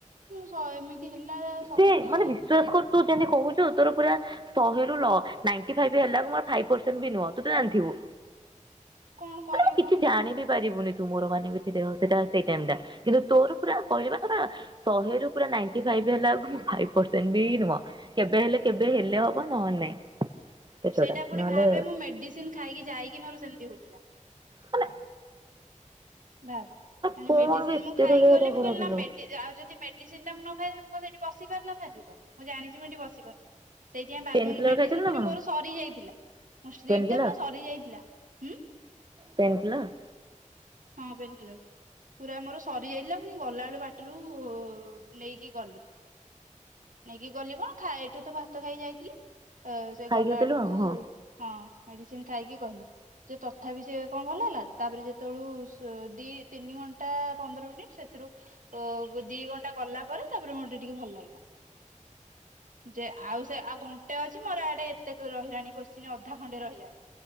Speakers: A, on the right (about 80°); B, on the right (about 35°).
A: ହଁ ଏମିତି ହେଲା ସବ
B: ମତେ
A: ମାନେ
B: ବିଶ୍ୱାସ କରୁ ତୁ ଯେମିତି କହୁଚୁ ତୋର ପୁରା ଶହେରୁ ନାଣ୍ଟି ଫାଇବ୍ ହେଲା ବେଳକୁ ମୋର ଫାଇବ ପରସେଣ୍ଟ ବି ନୁହଁ ତୁ ତ ଜାଣିଥିବୁ।
A: <inaudible> କରିବି
B: ମାନେ ମୁଁ କିଛି
A: କହୁନୁ
B: ଜାଣି ବିି ପାରିବୁନି। ମୋର ମାନେ କିଛି ଦେହ ସେଟା ସେଇ ଟାଇମ୍ ଟା। କିନ୍ତୁ ତୋର ପୁରା କହିଲି ପା ପୁରା ଶହେ ରୁ ପୁରା ନାଇଣ୍ଟି ଫାଇପ୍ ସିଏ ବି ହେଲା ବେଳକୁ ମୁଁ ଫାଇବ ପରସେଣ୍ଟ ବି ନୁହଁ। କେବେ ହେଲେ କେବେ ହେଲେ ହବ ନହେଲେ ନାଇଁ। ପେଟଟା
A: ସେଇଟା ପୁଣି
B: ନହେଲେ
A: ଭାବେ ମୁଁ ମେଡିସିନ ଖାଇକି ଯାଇକି ମୋର ସେମିତି ହଉଥିଲା।
B: ମାନେ
A: ବା ମାନେ
B: କଣ
A: ମେଡିସିନ
B: ବେ ଏତେ
A: ମୁଁ ଖାଇକି
B: ତୋ ଦେହଟା
A: ଗଲେ ମୁଁ
B: ଖରାପ
A: କହିଲି
B: ହେଲା?
A: ନା ଆଉ ଯଦି ମେଡିସିନ ଟା ମୁଁ ନ <unintelligible> ମି ସେଠି ବସି ପାରୁନଥାନ୍ତି ତ। ମୁଁ ଜଣିଛି ମୁଁ ସେଠି ବସି ପାରିନଥାନ୍ତି। ସେଇଥିପାଇଁ ବାଧ୍ୟ
B: ପେନ୍
A: ହେଇକି
B: କିଲର
A: ମେଡିସିନ
B: ଖାଇଥିଲୁ ନା
A: ପୁଣି
B: କଣ?
A: ମୋର ସରିଯାଇଥିଲା। ମୋ ଷ୍ଟ୍ରିପ
B: ପେନ୍ କିଲର
A: ଟା ପୁରା ସରିଯାଇଥିଲା। ଉଁ।
B: Pain killer.
A: ହଁ ପେନ୍ କିଲର। ପୁରା ମୋର ସରିଯାଇଥିଲା। ପୁଣି ଗଲାବେଳୁ ବାଟରୁ ନେଇକି ଗଲି। ନେଇକି ଗଲି କଣ ଖା ଏଇଠୁ ତ ଭାତ ଖାଇ ଯାଇଥିଲି। ସେ
B: ଖାଇକି
A: ଗଲା
B: ଥିଲୁ
A: ବେଳକୁ
B: ଆଉ ହଁ।
A: ହଁ ମେଡିସିନ ଖାଇକି ଗଲି। ଯେ ତଥାପି ସେ କଣ ଭଲ ହେଲା। ତାପରେ ଯେତେବେଳକୁ ଦି ତିନି ଘଣ୍ଟା ପନ୍ଦର ମିନିଟ ସେଥିରୁ ଦି ଘଣ୍ଟା ଗଲା ପରେ ତାପରେ ମ ମତେ ଟିକେ ଭଲ ଲାଗିଲା। ଯେ ଆଉ ସେ ଆଉ ଘଣ୍ଟେ ଅଛି ମୋର ଆଡେ ଏତେ ରହିଲାଣି କୋଶ୍ଚିିନ ଅଧା ଖଣ୍ଡେ ରହିଲାଣି।